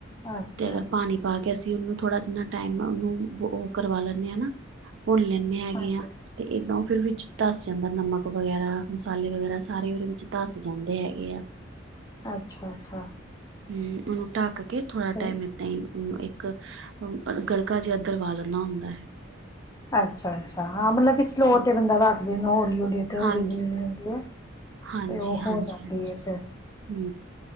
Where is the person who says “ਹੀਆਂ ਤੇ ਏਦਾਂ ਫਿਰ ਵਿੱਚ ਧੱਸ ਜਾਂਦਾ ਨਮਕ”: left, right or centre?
Right